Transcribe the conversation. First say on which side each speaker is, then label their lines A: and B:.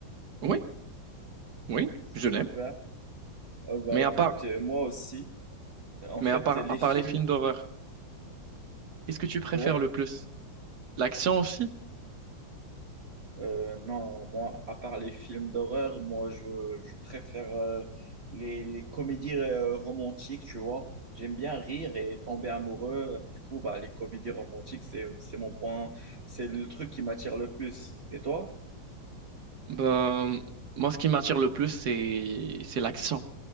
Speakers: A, on the right; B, on the right.
A: Oui, oui,
B: Super.
A: je l'aime.
B: Oh, bah
A: Mais
B: écoute,
A: à part,
B: euh, moi aussi. En
A: mais
B: fait,
A: à part,
B: les
A: à part
B: films,
A: les films d'horreur, qu'est-ce que tu préfères
B: ouais.
A: le plus? L'action aussi?
B: Euh, non, moi, à part les films d'horreur, moi, je, je préfère euh, les, les comédies euh, romantiques, tu vois. J'aime bien rire et tomber amoureux. Du coup, bah, les comédies romantiques, c'est, c'est mon point, c'est le truc qui m'attire le plus. Et toi?
A: Ben, moi, ce qui m'attire le plus, c'est, c'est l'action,